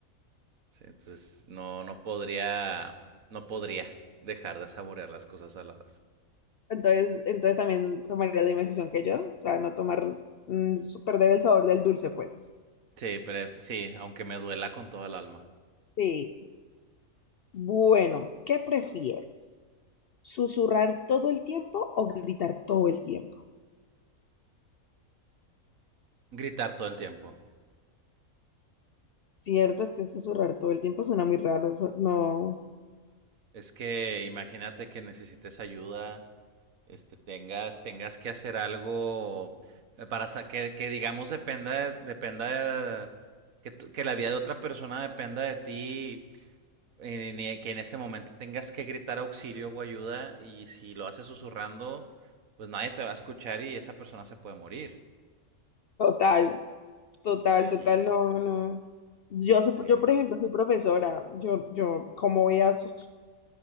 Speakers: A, on the right; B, on the left.
A: ¿sí? Entonces, no, no podría, no podría dejar de saborear las cosas saladas.
B: entonces, entonces también tomaría la misma decisión que yo, o sea, no tomar, mm, perder el sabor del dulce, pues.
A: Sí, pero sí, aunque me duela con todo el alma.
B: Sí. Bueno, ¿qué prefieres? ¿Susurrar todo el tiempo o gritar todo el tiempo?
A: Gritar todo el tiempo.
B: Cierto es que susurrar todo el tiempo suena muy raro, eso- no.
A: Es que imagínate que necesites ayuda, este, tengas, tengas que hacer algo eh, para sa- que, que digamos dependa, de- dependa de- que, tu- que la vida de otra persona dependa de ti en- que en ese momento tengas que gritar auxilio o ayuda y si lo haces susurrando, pues nadie te va a escuchar y esa persona se puede morir.
B: Total, total,
A: Sí,
B: total, no, no. Yo, soy-
A: sí.
B: yo, por ejemplo, soy profesora, yo, yo, ¿cómo voy a sus...